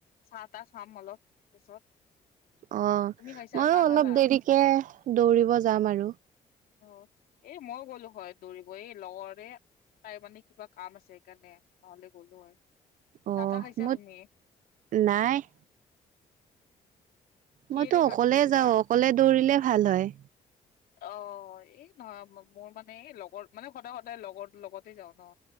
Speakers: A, on the left; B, on the right.
A: চাহ-তাহ খাম অলপ পিছত।
B: অ',
A: তুমি খাইছা
B: ময়ো
A: চাহ
B: অলপ
A: খালা
B: দেৰিকে দৌৰিব যাম আৰু।
A: অ', এই মই গ'লো হয় দৌৰিব, এই লগৰে তাই মানে কিবা কাম আছে সেইকাৰণে, নহ'লে গ'লো হয়।
B: অ',
A: চাহ তাহ খাইছা
B: মোৰ
A: তুমি?
B: নাই।
A: কিহেৰে
B: মইতো অকলে
A: ভাত খাইছিলা?
B: যাওঁ, অকলে দৌৰিলে ভাল হয়।
A: অ', এই নহয়, মোৰ মানে লগৰ মানে, সদায়-সদায় লগৰ লগতে যাওঁ ন।